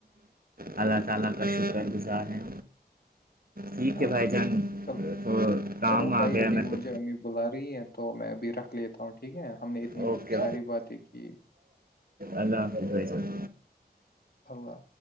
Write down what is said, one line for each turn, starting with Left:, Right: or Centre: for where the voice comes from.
Right: اللہ تعالی کا شکر گزار ہیں ٹھیک ہے بھائی
Left: اچھا
Right: جان
Left: چل
Right: تو کام
Left: چلو بھائی
Right: آ گیا
Left: ابھی
Right: میرے کو
Left: مجھے امی بلا رہی ہے تو میں ابھی رکھ لیتا ہوں ٹھیک ہے ہم نے اتنی
Right: وکے
Left: ساری باتیں کی
Right: اللہ حافظ
Left: اللہ